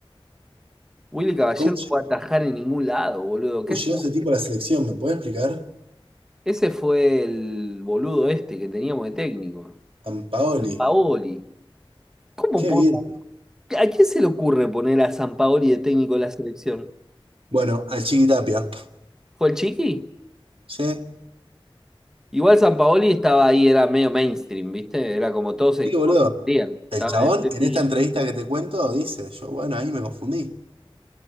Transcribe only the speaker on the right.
¿Cómo
llegó
llegó
ese tipo a la selección? ¿Me puede explicar?
Sampaoli.
Qué
bien.
Bueno, al Chiqui Tapia.
Sí.
Sí,
boludo.
El
chabón,
en esta entrevista que te cuento, dice, yo, bueno, ahí me confundí.